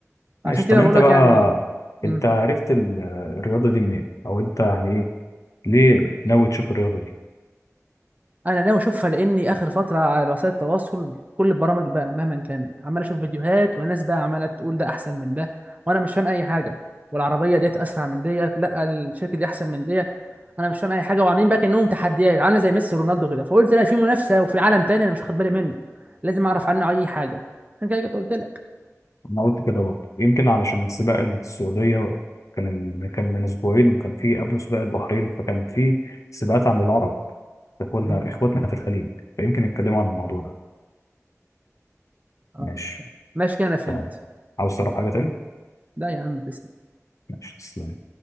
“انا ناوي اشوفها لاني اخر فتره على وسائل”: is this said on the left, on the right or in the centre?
Right